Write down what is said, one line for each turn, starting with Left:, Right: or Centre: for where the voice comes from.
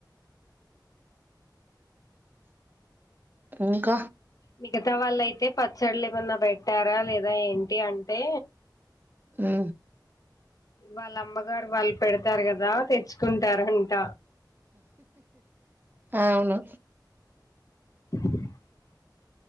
Right: ఇంక
Left: మిగతా వాళ్ళయితే పచ్చళ్ళ ఏమన్నా పెట్టారా లేదా ఏంటి అంటే
Right: హు
Left: వాళ్ళమ్మగారు వాళ్ళు పెడతారు కదా తెచ్చుకుంటారంట
Right: అవును
Left: <inaudible>